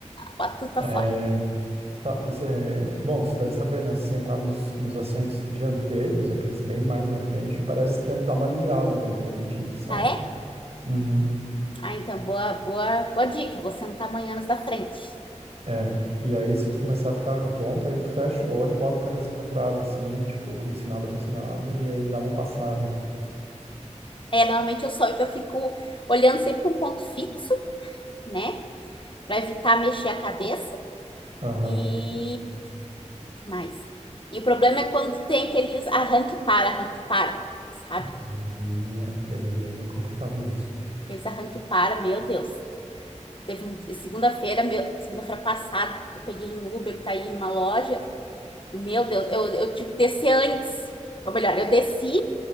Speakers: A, on the left; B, on the right.
A: boto tudo pra
B: É,
A: fora.
B: sa- cê- bom, você deve saber, né? Se sentar nos, nos assentos dianteiros, aqueles bem mais na frente, parece que ele dá uma aliviada na labirintite, sabe?
A: Ah, é?
B: Uhum.
A: Ah, então, boa, boa, boa dica. Você não tá amanhã nos da frente.
B: É, e aí se tu começar a ficar tonta, aí tu fecha o olho e bota a cabeça pra trás, assim, tipo, como se nada fosse nada, e aí dá uma passada.
A: É, normalmente eu só eu fico olhando sempre para um ponto fixo, né? Para evitar mexer a cabeça.
B: Aham.
A: E que mais? E o problema é quando tem aqueles arranque para, arranque para, sabe?
B: Aquilo ali, aquele ali é complicado mesmo.
A: Aqueles arranque para, meu Deus. Teve um dia- segunda-feira, meu- segunda-feira passada, eu peguei um Uber para ir numa loja e, meu Deus, eu, eu tive que descer antes. Ou melhor, eu desci,